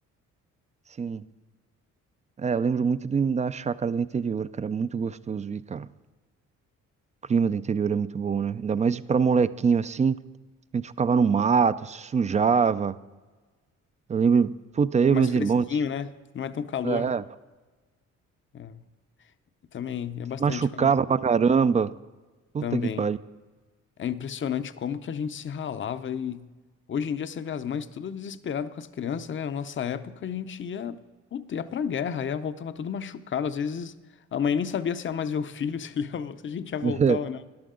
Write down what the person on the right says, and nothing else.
Sim. É, eu lembro muito do, da chácara do interior, que era muito gostoso ir, cara. O clima do interior é muito bom, né? Ainda mais pra molequinho assim. A gente ficava no mato, se sujava. Eu lembro, puta, eu
e meus
irmãos
É.
se
machucava
pra caramba. Puta
que pariu.
<laughs>